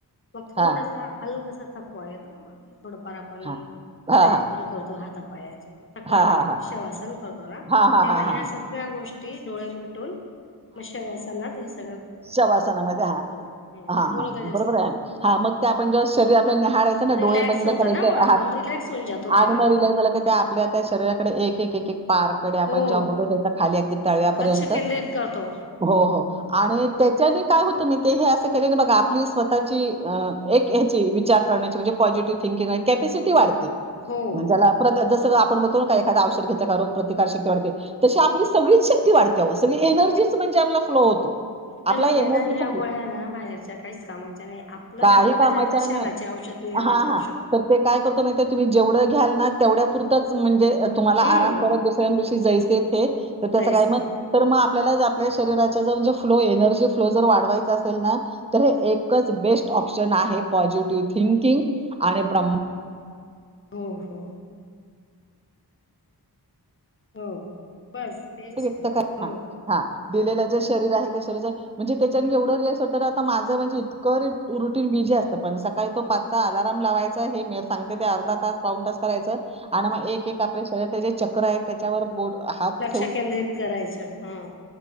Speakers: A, on the left; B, on the right.
A: मग थोडासा
B: हा
A: हलका सा थकवा येतो ना म आपल्या थोडंफार आपण
B: हा हा
A: व्यायाम
B: हा
A: पण करतो हातपायाचे म थकवा
B: हा
A: आला का
B: हा हा
A: मग शेवासन ना
B: हा हा
A: तेव्हा
B: हा
A: ह्या
B: हा
A: सगळ्या गोष्टी डोळे मिटून म शवासला व्यस
B: शवासनामध्ये हा
A: हम्म
B: हा
A: बोलतच
B: हा
A: असतो
B: बरोबर आहे हा मग ते आपण जेव्हा शरीर आपल्या निहाळाय च ना
A: रिलॅक्स
B: डोळे बंद
A: होत
B: करायचे
A: ना मग
B: <unintelligible>
A: आपण रिलॅक्स होऊन जातो
B: आणि
A: तेव्हा
B: मग रिलक्स झाला का त्या आपल्या त्या शरीराकडे एक एक एक पार्टकडे आपण
A: हो
B: जेव्हा बघत खाली अगदी तळव्यापर्यंत.
A: लक्ष केंद्रित करतो
B: हो हो
A: हम्म
B: आणि त्या. त्यानी काय होतो माहीतेय ते हे असं केले बघा आपली स्वतःची एक ह्याची विचार करण्याची म्हणजे. पॉजीटीव्ह थिकिंग हाय. कॅपॅसिटी वाढती,
A: हम्म हो
B: म्ह ज्याला जसं आपण म्हणतो ना का एखादा औषध घेतच का रोग प्रतिकार शक्ती वाढते‌. तशी
A: हम्म
B: आपली सगळीच शक्ती वाढतेव सगळी एनर्जी म्हणजे आपला फ्लो होतो.
A: मी तर
B: आपला
A: म्हणले
B: एनर्जीचा
A: ना ह्या
B: फ्लो
A: गोळ्या ना बाहेरच्या काहीच कामाच्या नाही आपलं
B: काही
A: आपणच
B: कामाच्या
A: आपल्या शरीराचे
B: नाही
A: औषध. निर्माण
B: हां,
A: करू
B: हां.
A: शकतो.
B: तर ते काय करतो माहिती आहे तुम्ही जेवढं घ्याल ना तेवढ्या पुरंतच म्हणजे. तुम्हाला
A: हम्म
B: आराम परत दुसऱ्या दिवशी जायसे थे तर त्याचं
A: तैसे
B: काय मग. तर मग आपल्याला आपल्या शरीराच्या जर म्हणजे फ्लो एनर्जी फ्लो जर वाढवायचा असेल ना. तर हे
A: हम्म हम्म.
B: एकच बेस्ट ऑप्शन आहे पॉझिटिव्ह थिंकिंग. आणि
A: हो
B: ब्रह्मा
A: हो हो. हो बस. तेच
B: व्यक्त
A: आहे हो.
B: क ह हा दिलेलं जे शरीर आहे त्या शरीर. म्हणजे त्याच्या एवढं रिलक्स वाटतं ना आता माझं म्हणजे इतकं रुटीन बीजी असत पण सकाळी त पाचचा अलार्म लावायचा हे मी सांगते ते अर्ध तास पाऊन तास करायच. आणि
A: हम्म.
B: मग एक एक आपल्या शरीरचे जे चक्र आहेत त्याच्यावर बोट हात-
A: लक्ष केंद्रित करायचं हा.